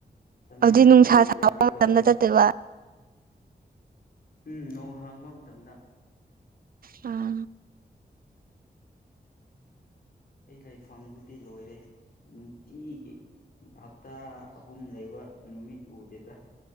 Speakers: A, on the left; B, on the right.
A: ꯇꯃꯦꯡꯂꯣꯡꯒꯤ
B: ꯑꯗꯨꯗꯤ ꯅꯨꯡꯁꯥ
A: ꯋꯦꯗꯔꯗꯤ
B: ꯁꯥꯕ ꯃꯇꯝꯗ
A: ꯂꯣꯏꯔꯦ
B: ꯆꯠꯇꯣꯏꯕ
A: ꯎꯝ ꯅꯣꯡ ꯍꯥꯡꯕ ꯃꯇꯝꯗ
B: ꯑꯥ
A: ꯑꯩ ꯂꯩꯐꯝꯗꯨꯗꯤ ꯂꯣꯏꯔꯦ ꯅꯨꯡꯇꯤꯒꯤ ꯍꯞꯇꯥ ꯑꯍꯨꯝ ꯂꯩꯕ ꯅꯨꯃꯤꯠ ꯎꯗꯦꯗ